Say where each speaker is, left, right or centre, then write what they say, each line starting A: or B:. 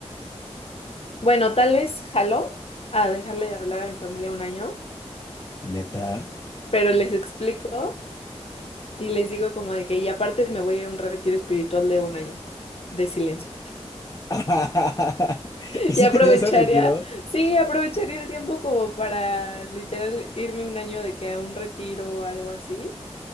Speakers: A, on the left; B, on the left.
A: Bueno, tal vez jaló a dejarle de hablar a mi familia un año,
B: Neta.
A: pero les explico. Y les digo como de que, y aparte me voy a ir a un retiro espiritual de un año de silencio.
B: <laughs>
A: <laughs>
B: ¿Y si
A: Y aprovecharía,
B: te ya se retiró?
A: sí, aprovecharía el tiempo como para literal irme un año de que a un retiro o algo así.